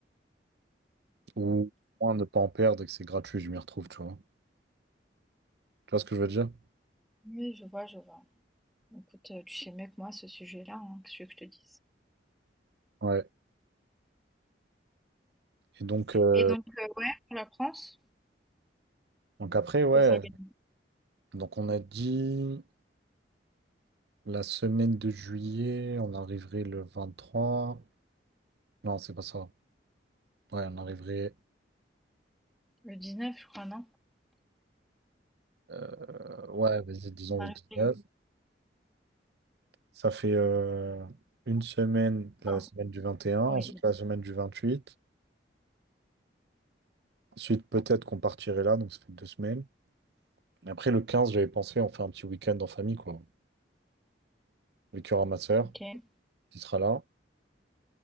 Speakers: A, on the right (about 60°); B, in the centre.
A: Ou au moins ne pas en perdre et que c'est gratuit, je m'y retrouve, tu vois. Tu vois ce que je veux dire?
B: Oui, je vois, je vois. Écoute, euh, tu sais mieux que moi ce sujet-là, hein, que ce que je te dise.
A: Ouais. Et donc, euh,
B: Et donc, euh, ouais, pour la France,
A: donc après, ouais.
B: ça s'organise
A: Donc on a dit la semaine de juillet, on arriverait le vingt trois Non, c'est pas ça. Ouais, on arriverait.
B: le 19, je crois, non?
A: euh, ouais, vas-y, disons
B: On arrive
A: le dix
B: le
A: neuf Ça fait euh, une semaine, la
B: un.
A: semaine du vingt et un ensuite
B: Oui,
A: la semaine du vingt huit Ensuite, peut-être qu'on partirait là, donc ça fait deux semaines. Après, le 15, j'avais pensé en faire un petit week-end en famille, quoi. Avec il y ma soeur
B: ok.
A: qui sera là.